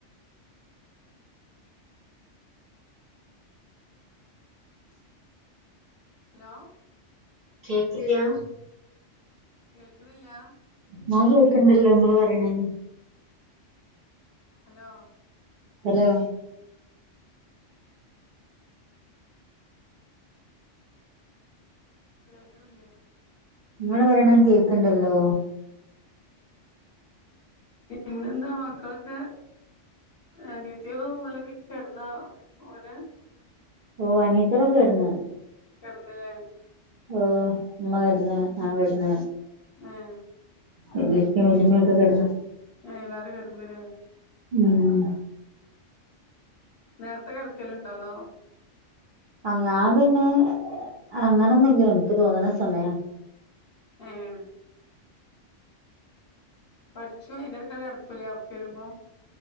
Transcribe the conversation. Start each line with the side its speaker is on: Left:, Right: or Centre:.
Left: ഹലോ
Right: കേക്ക്ല്ല്യ
Left: കേൾക്ക്ണില്ലാ
Right: ഞാൻ കേക്ക്ണ്ടല്ലോ ഇങ്ങള് പറയ്ണേ
Left: ഹലോ
Right: ഹലോ
Left: കേൾക്ക്ണ്ല്ലേ
Right: ഇങ്ങള് പറിണ ഇൻക് കേ കണ്ടല്ലോ
Left: പിന്നെന്താ മക്കൾക്ക് അനിയത്തിയാളും ഓലൊക്കെ കെട്ന്ന പോലെ
Right: ഓഹ് അനിയത്തി യാളൊക്കെ കെടന്ന്
Left: കെടന്ന് ലേ
Right: ഓഹ് ഇമ്മ കട്ന്ന് ഞാൻ കട്ന്ന്
Left: ആഹ്
Right: വല്ലിപ്പിം വല്ലിമ്മിം ഒക്കെ കെടന്നു
Left: ഏഹ് എല്ലാരും കെടന്ന്ല്ലേ
Right: ഉം
Left: നേര്ത്തെ കെട്ക്കല്ണ്ടോ അതോ
Right: ആ ഞാ പിന്നെ അങ്ങനെയൊന്നുല്ല എനിക്ക് തോന്ന്ണ സമയ
Left: ഏഹ് പഠ്‌ച്ചോ അയ്ൻ്റെ <unintelligible> കട്ക്കൂലേ ഒർക്കരുമ്പോ